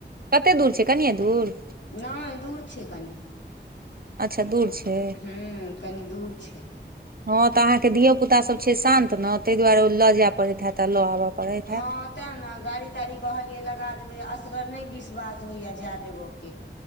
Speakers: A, on the right; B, on the left.
A: कते दूर छै कनिये दूर
B: नहि दूर छै कनि
A: अच्छा दूर छै
B: हूँ कनि दूर छै
A: हँ तऽ अहाँके धियो पुता सब छै शान्त तऽ ने ता दुआरे ओ लऽ जाय पड़ैत हे त आ लऽ आबऽ पड़ैत हैत
B: हँ तें ने गाड़ी ताड़ी कहलियै लगा देबै असगर नहि विश्वास होइया जाए देबऽ के